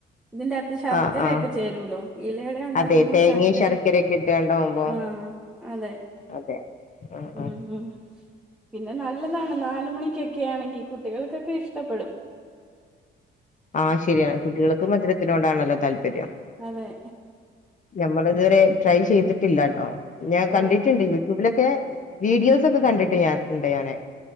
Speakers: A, in the centre; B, on the left.
A: ഇതിറ്റാത്ത് ശർക്കരയൊക്കെ
B: ആഹ് ആഹ്
A: ചേരൂലോ ഇലയുടെ ഉണ്ടാക്കുമ്പോ
B: അതെ തേങ്ങയും
A: ശർക്കര
B: ശർക്കരയൊക്കെ ഇട്ടാണ്ടാവുമ്പോ
A: ആ അതെ
B: അതെ ആഹ്
A: ഊം
B: ആഹ്
A: പിന്നെ ന നല്ലതാണ് നാലുമണിക്കൊക്കെയാണെങ്കി കുട്ടികൾക്കൊക്കെ ഇഷ്ട്ടപ്പെടും
B: ആ ശരിയാണ് കുട്ടികൾക്ക് മധുരത്തിനോടാണല്ലോ താല്പര്യം
A: അതെ
B: നമ്മളിതുവരെ ട്രൈ ചെയ്തിട്ടില്ലാട്ടോ ഞാൻ കണ്ടിട്ടുണ്ട്
A: ആഹ്
B: യൂട്യൂബിലൊക്കെ വീഡിയോസ് ഒക്കെ കണ്ടിട്ട് ഞാൻ ഇണ്ട് ഞാന്‌